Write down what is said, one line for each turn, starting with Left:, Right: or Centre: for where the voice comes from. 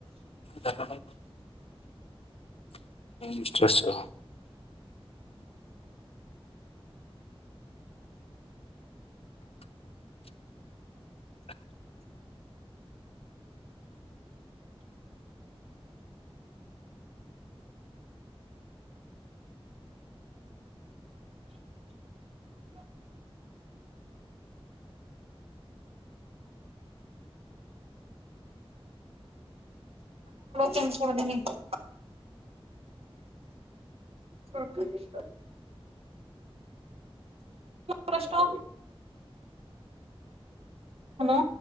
Left: <unintelligible> ಅಷ್ಟಾ <unintelligible>
Right: ಕ ಸೋಡ್ದನೆ <unintelligible> ಹ <unintelligible> ಫಷ್ಟು ಹಲೋ